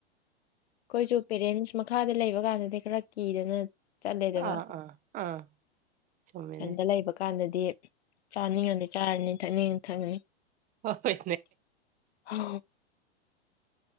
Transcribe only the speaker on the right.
ꯑꯥ ꯑꯥ ꯑꯥ ꯆꯨꯝꯃꯤꯅꯦ
ꯍꯣꯏ